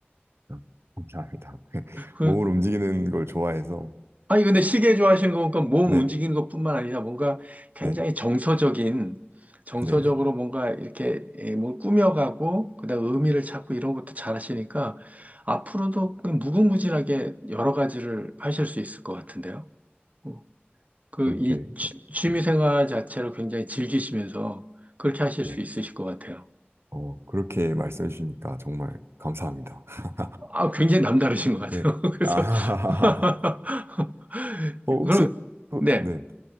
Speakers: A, on the right; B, on the right.
A: 아, 감사합니다. <laughs>
B: 그
A: 몸을 움직이는 걸 좋아해서,
B: 아니, 근데 시계 좋아하시는 거 보니까 몸
A: 네,
B: 움직이는 것뿐만 아니라 뭔가 굉장히
A: 네,
B: 정서적인, 정서적으로
A: 네네.
B: 뭔가 이렇게 예, 뭘 꾸며가고, 그다음 의미를 찾고 이런 것도 잘 하시니까 앞으로도 그냥 무궁무진하게 여러 가지를 하실 수 있을 것 같은데요. 어, 그이
A: 그렇게,
B: 취미
A: 네,
B: 생활 자체를 굉장히 즐기시면서 그렇게 하실
A: 네.
B: 수 있으실 것 같아요.
A: 어, 그렇게 말씀해 주시니까 정말 감사합니다. <laughs>
B: 아, 굉장히 남다르신 것 같아요.
A: 네.
B: <laughs> 그래서,
A: 아,
B: <laughs>
A: <laughs> 어, 혹시
B: 그럼,
A: 또,
B: 네,
A: 네.